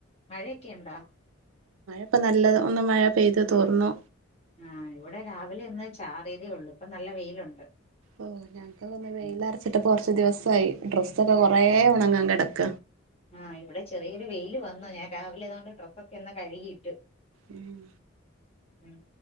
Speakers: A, on the left; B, on the right.
A: മഴയൊക്കെ ഇണ്ടോ?
B: പ്പ നല്ലത് ഒന്ന് മഴ പെയ്തു തോർന്നു.
A: ആഹ് ഇവിടെ രാവിലെ ഒന്ന് ചാറീതേ ഒള്ളൂ ഇപ്പൊ നല്ല വെയിലുണ്ട്.
B: ഓഹ് ഞങ്ങക്ക് ഒന്ന് വെയിലറച്ചിട്ട്
A: ഉം
B: കുറച്ച് ദിവസായി ഡ്രസ്സൊക്കെ കൊറേ ഒണങ്ങാൻ കിടക്ക.
A: ആഹ് ഇവിടെ ചെറിയൊരു വെയില് വന്നു ഞാൻ രാവിലെ അതോണ്ട് ഡ്രസ്സൊക്കെ ഒന്ന് കഴുകിയിട്ടു.
B: ഉം
A: ഉം